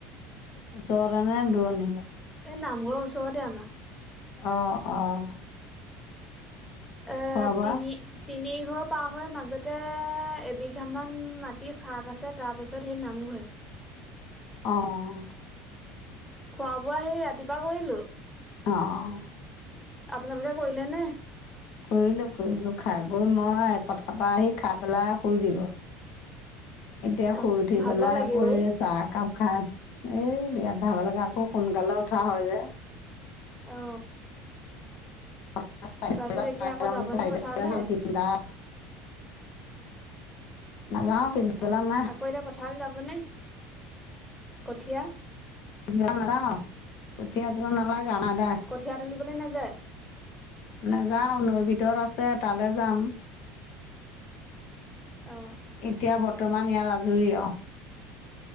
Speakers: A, on the left; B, in the centre.
A: ওচৰতে নে দূৰত।
B: এই নামঘৰৰ ওচৰতে আমাৰ।
A: অ' অ'
B: আহ
A: খোৱা বোৱা
B: তিনি, তিনি ঘৰ পাৰ হৈ মাজতে, এবিঘামান মাটি ফাঁক আছে তাৰ পাছত সেই নামঘৰে।
A: অঁহ
B: খোৱা বোৱা সেই ৰাতিপুৱা কৰিলো।
A: অহ
B: আপোনালোকে কৰিলে নে?
A: কৰিলোঁ কৰিলোঁ খাই বৈ মই পথাৰ পৰা আহি খাই পেলাই শুই দিলোঁ।
B: <inaudible>
A: এতিয়া শুই উঠি
B: ভাগৰ
A: পেলাই
B: লাগে
A: আকৌ
B: অ
A: চাহ একাপ খাই উঠি এই বিয়াত ভাগ লাগে আকৌ সোনকালে উঠা হয় যে।
B: অ
A: <unintelligible> <unintelligible>
B: তাৰপিছত এতিয়া আকৌ যাবনে পথাৰলে
A: চাৰে তিনটা, নাযাও পিছলবেলা
B: অ
A: নাই,
B: আকৌ এতিয়া পথাৰ যাবনে, কঠীয়া
A: পিছবেলা নাযাওঁ কঠীয়া তোলিব নালাগে আমাৰ এদায়
B: কঠীয়া তুলিবলৈ নাযায়?
A: নাযাওঁ
B: অ
A: নৈ ভিতৰত আছে তালৈ যাম।
B: অ
A: এতিয়া বৰ্তমান ইয়াৰ আজৰি অহ